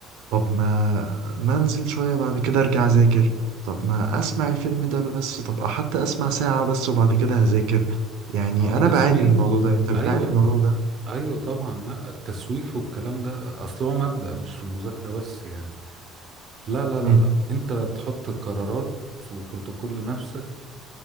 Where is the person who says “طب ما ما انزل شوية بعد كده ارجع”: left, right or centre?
Right